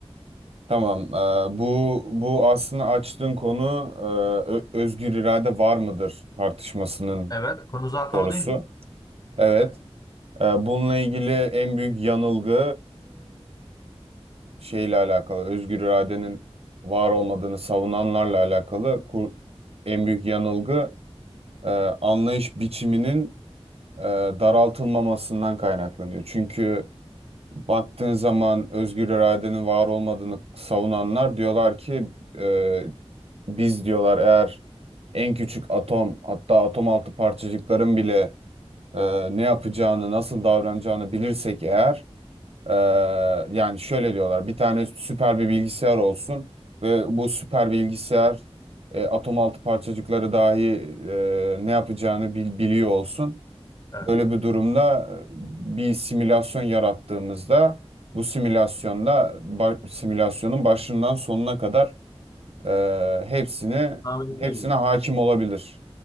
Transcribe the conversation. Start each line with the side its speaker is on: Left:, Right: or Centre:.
Right: Tamam. ee, bu bu aslında açtığın konu ee, ö- özgür irade var mıdır tartışmasının
Left: Evet. Konu zaten
Right: sorusu.
Left: o değil mi?
Right: Evet. Ee, bununla ilgili en büyük yanılgı şeyle alakalı, özgür iradenin var olmadığını savunanlarla alakalı kur- en büyük yanılgı e, anlayış biçiminin e, daraltılmamasından kaynaklanıyor. Çünkü baktığın zaman özgür iradenin var olmadığını savunanlar diyorlar ki e, biz diyorlar eğer en küçük atom hatta atom altı parçacıkların bile e, ne yapacağını, nasıl davranacağını bilirsek eğer ee, yani şöyle diyorlar bir tane süper bir bilgisayar olsun ve bu süper bilgisayar e, atom altı parçacıkları dahi e, ne yapacağını bil- biliyor olsun.
Left: Evet.
Right: Böyle bir durumda e, bir simülasyon yarattığımızda bu simülasyonda ba- simülasyonun başından sonuna kadar e, hepsini
Left: Tahmin
Right: hepsine
Left: edilebilir.
Right: hakim olabilir